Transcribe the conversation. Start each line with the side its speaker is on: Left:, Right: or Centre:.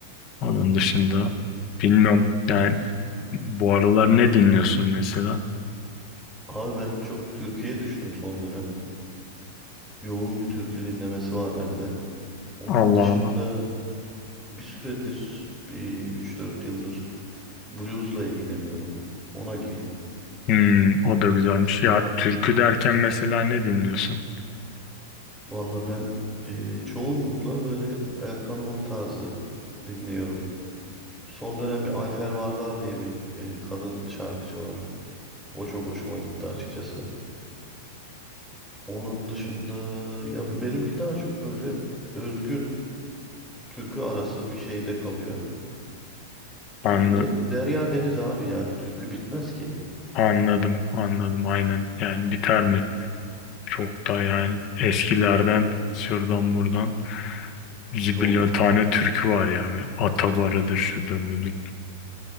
Left: Onun dışında
Centre: <laughs>
Left: bilmiyorum yani bu aralar ne dinliyorsun mesela?
Centre: Abi ben çok türküye düştüm son dönem. Yoğun bir türkü dinlemesi var bende. Onun
Left: Allah
Centre: dışında
Left: Allah.
Centre: bir süredir, bir üç dört yıldır bluesla ilgileniyorum. Ona girdim.
Left: Hmm, o da güzelmiş. Ya türkü derken mesela ne dinliyorsun?
Centre: Valla ben e, çoğunlukla böyle Erkan Oğur tarzı dinliyorum. Son dönem bir Ayfer Vardar diye bir e, kadın şarkıcı var. O çok hoşuma gitti açıkçası. Onun dışında ya benimki daha çok böyle özgün türkü arası bir şeyde kalıyor. Türkü
Left: Anlı,
Centre: de derya deniz abi yani türkü bitmez ki.
Left: anladım, anladım aynen. Yani biter
Centre: Hı
Left: mi?
Centre: hı.
Left: Çok da yani eskilerden şuradan buradan bir
Centre: Çok.
Left: tane türkü var ya. Böyle Atabarı'dır, şudur budur.